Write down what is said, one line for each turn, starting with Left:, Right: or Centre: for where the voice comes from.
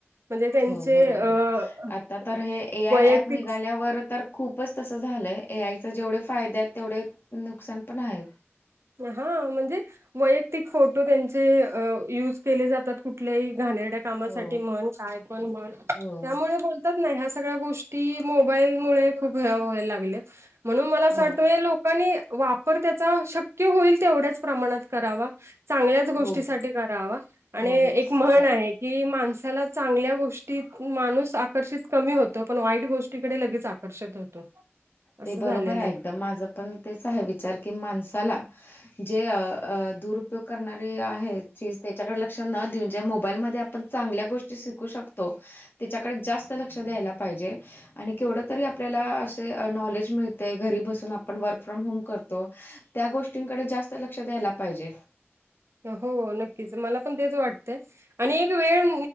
Right: म्हणजे त्यांचे
Left: हो बरोबर
Right: अ
Left: आहे आता तर हे ए आय
Right: वैयक्तिक
Left: ऍप निघाल्यावर तर खूपच तसं झालंय ए आयचे जेवढे फायदे आहेत तेवढे नुकसान पण आहेत.
Right: हा म्हणजे वैयक्तिक फोटो त्यांचे युज केले जातात, कुठल्याही घाणेरड्या कामासाठी
Left: हो,
Right: म्हण काय पण म्हण
Left: हो.
Right: त्यामुळे बो बोलतचं नाही, ह्या सगळ्या गोष्टी मोबाईल मुळे खूप हे व्हाय लागल्यात म्हणून मला अस
Left: हो,
Right: वाटतयं नी वापर त्याचा शक्य होईल तेवढ्याच प्रमाणात करावा.. चांगल्याच गोष्टीसाठी
Left: हो,
Right: करावा आणि
Left: हो. स
Right: एक म्हण आहे. कि माणसाला चांगल्या गोष्टीत माणूस आकर्षित कमी होतो, पण वाईट गोष्टीकडे लगेच वर्षात होतो. असं
Left: ते बरोबर
Right: झालेलं
Left: आहे, एकदम माझं पण तेच आहे विचार की माणसाला जे दुरुपयोग करणारी आहेत, जी त्याच्याकडे लक्ष न देऊन ज मोबाईलमध्ये आपण चांगल्या गोष्टी शिकू शकतो. त्याच्याकडे जास्त लक्ष द्यायला पाहिजे, आणि केवढ तरी आपल्याला नॉलेज मिळते, घरी बसून आपण वर्क फ्रॉम होम करतो. त्या गोष्टींकडे जास्त लक्ष द्यायला पाहिजे.
Right: हो, नक्कीच मला पण तेच वाटतय. आणि एक वेळ